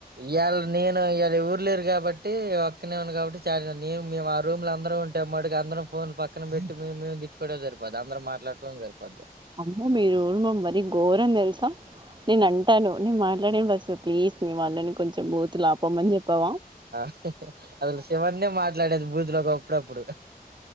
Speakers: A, on the right (about 75°); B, on the right (about 30°).
A: ఇయాల్ నేను ఇయ్యాలెవ్వర్ లేరు కాబట్ టే ఒక్కనే ఉన్న కాబట్టి చాల మేం మేము ఆ రూమ్లు అందరం ఉంటే మట్టికి అందరం ఫోన్ పక్కన పెట్టి మే మే ట్కోవడం సరిపోద్ది అందరు మాట్లాడుకోవడం సరిపోద్ది
B: అమ్మో మీరు మరీ ఘోరం తెల్సా నేనంటాను కొన్ని మాట్లాడే ఫస్ట్ ప్లీజ్ మీ వాళ్ళని కొంచెం బూతులు ఆపమని చెప్పావా
A: ఆహ్ అసలు శివన్నే మాట్లాడేది బూద్లో ఒక అప్పుడప్పుడు